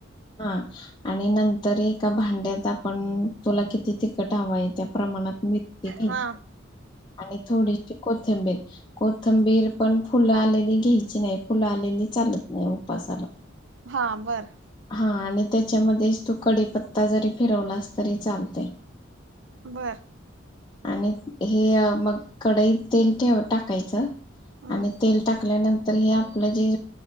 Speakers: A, on the left; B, on the right.
A: हा आणि नंतर एका भांड्यात आपण तुला किती तिखट हवंय त्या प्रमाणात मिरची घ्यायची
B: हा.
A: आणि थोडीशी कोथिंबीर. कोथंबीर पण फुल आलेली घ्यायची नाही फुल आलेलि चालत नाही उपासाला.
B: हा बर
A: हा आणि त्याच्यामध्येच तू कडीपत्ता जरी फिरवलास तरी चालतय.
B: बर.
A: आणि हे मग कडईत तेल ठेव टाकायच आणि
B: हम्म
A: तेल टाकल्यानंत तर हे आपल जे